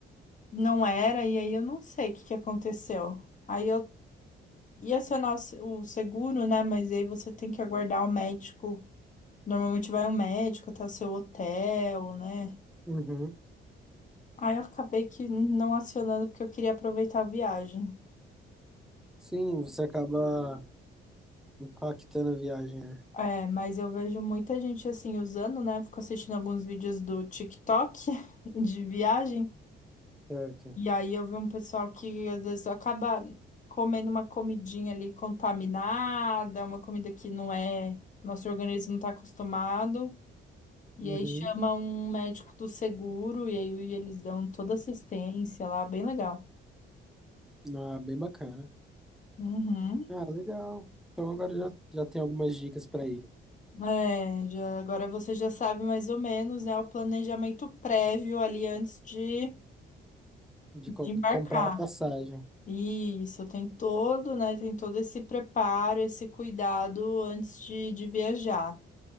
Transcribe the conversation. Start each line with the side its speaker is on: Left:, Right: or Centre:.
Left: não era, e aí eu não sei o que que aconteceu. Aí eu ia acionar o se- o seguro, né? Mas aí você tem que aguardar o médico. Normalmente vai um médico até o seu hotel, né?
Centre: Uhum.
Left: Aí eu acabei que não acionando porque eu queria aproveitar a viagem.
Centre: Sim, você acaba impactando a viagem, né?
Left: É, mas eu vejo muita gente assim usando, né? Fico assistindo alguns vídeos do TikTok <laughs> de viagem.
Centre: Certo.
Left: E aí eu vi um pessoal que às vezes acaba comendo uma comidinha ali contaminada, uma comida que não é, nosso organismo não está acostumado. E
Centre: Uhum.
Left: aí chama um médico do seguro e aí eles dão toda assistência lá, bem legal.
Centre: Ah, bem bacana.
Left: Uhum.
Centre: Ah, legal. Então agora já, já tem algumas dicas para ir
Left: É, já- agora você já sabe mais ou menos, né, o planejamento prévio ali antes de,
Centre: de
Left: de
Centre: co-
Left: embarcar.
Centre: comprar a passagem.
Left: Isso, tem todo, né, tem todo esse preparo, esse cuidado antes de, de viajar.